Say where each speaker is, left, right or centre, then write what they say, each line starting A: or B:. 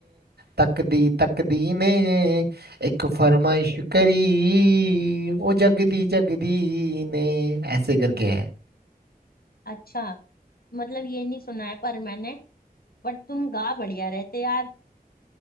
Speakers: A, on the right; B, on the left.
A: तक दी तक दी ने एक फरमाइश करी ओ जग दी जग दी ने ऐसे करके है
B: अच्छा मतलब ये नहीं सुना है पर मैंने बट तुम गा बढ़िया रहे थे यार